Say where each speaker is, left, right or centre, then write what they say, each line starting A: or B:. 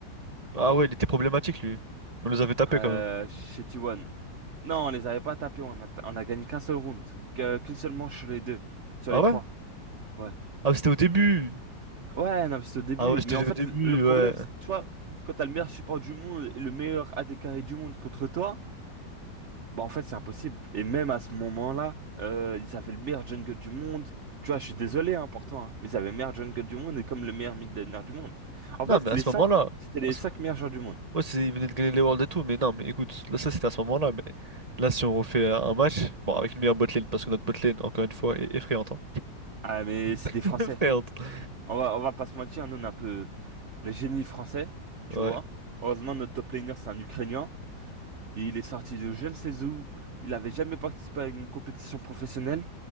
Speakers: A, on the right; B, on the right.
A: Ah ouais, il était problématique, lui. On nous avait tapé
B: euh,
A: quand même.
B: chez T1. Non, on les avait pas tapés, on a, on a gagné qu'un seul round, que- qu'une seule manche sur les deux, sur
A: Ah
B: les
A: ouais?
B: trois. Ouais.
A: Ah, mais c'était au début.
B: Ouais, non, mais c'est au début.
A: Ah ouais, c'était
B: Mais en fait,
A: au début,
B: le problème,
A: ouais.
B: c'est que tu vois, quand t'as le meilleur support du monde et le meilleur AD carré du monde contre toi, bah en fait, c'est impossible. Et même à ce moment-là, euh, ils avaient le meilleur jungle du monde. Tu vois, je suis désolé hein, pour toi, hein, mais ils avaient le meilleur jungle du monde et comme le meilleur mid laner du monde. En
A: Non,
B: fait,
A: mais à
B: les
A: ce
B: cinq,
A: moment-là.
B: c'était les
A: à ce-
B: cinq meilleurs joueurs du monde.
A: Ouais, c'est, ils venaient de gagner les Worlds et tout, mais non, mais écoute, là, ça c'était à ce moment-là, mais là, si on refait un un match, bon, avec une meilleure botlane, parce que notre botlane, encore une fois, est effrayante, hein.
B: Ah, mais
A: <laughs>
B: c'est des Français.
A: Effrayante.
B: On va, on va pas se mentir, nous on est un peu le génie français, tu
A: Ouais.
B: vois. Heureusement, notre top laner c'est un Ukrainien. Il est sorti de je ne sais où. Il avait jamais participé à une compétition professionnelle.